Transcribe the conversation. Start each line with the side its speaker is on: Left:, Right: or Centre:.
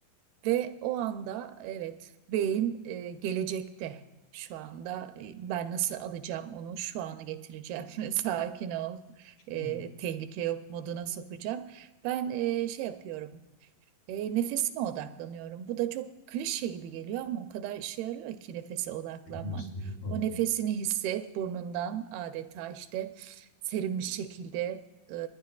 Right: ve o anda evet beyin e, gelecekte şu anda e, ben nasıl alacağım onu şu ana getireceğim <laughs> sakin ol
Left: Şimdi
Right: e,
Left: böyle
Right: tehlike yok moduna sokacağım. Ben e, şey yapıyorum. E, nefesime odaklanıyorum. Bu da çok klişe gibi geliyor ama o kadar işe yarıyor ki nefese odaklanmak.
Left: egzersizleri falan
Right: O nefesini
Left: diyor.
Right: hisset burnundan adeta işte serin bir şekilde e,